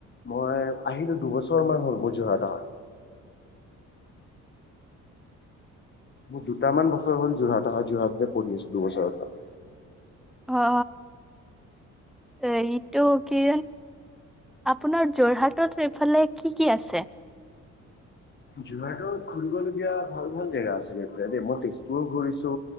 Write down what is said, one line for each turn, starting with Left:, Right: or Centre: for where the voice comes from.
Left: মই আহিলো দুবছৰমান হল মোৰ যোৰহাট মোৰ দুটামান বছৰ হ'ল যোৰহাট অহা যোৰহাট প়ঢ়ি আছো দুবছৰ পৰা
Centre: অ এইটো কি আপোনাৰ যোৰহাটত এইফালে কি কি আছে
Left: যোৰহাটত ঘুৰিবলগীয়া ভাল ভাল জেগা আছে গৈ পেলাই দেই মই তেজপুৰো ঘূৰিছো